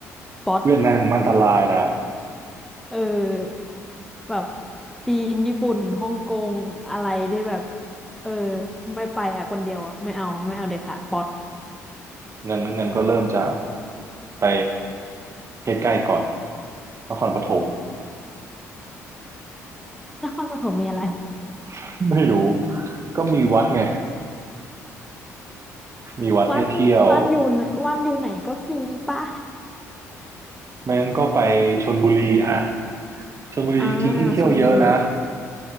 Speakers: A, in the centre; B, on the right.
A: <laughs> ป๊อต
B: เวียดนามอันตรายนะ
A: เออแบบจีนญี่ปุ่นฮ่องกงอะไรที่แบบเออไม่ไปอ่ะคนเดียวอ่ะไม่เอาไม่เอาเด็ดขาดป๊อต
B: เงินเงินก็เริ่มจากไปใกล้ๆก่อนนครปฐม
A: นครปฐมมีอะไร
B: <laughs> ไม่รู้ก็มีวัดไงมีวัดให้เที่ยว
A: วัดวัดอยู่ไหนวัดอยู่ไหนก็มีป่ะ
B: ไม่งั้นก็ไปชลบุรีอ่ะชลบุรีจริงๆที่เที่ยวเยอะนะ
A: <laughs> อ่าชลบุรี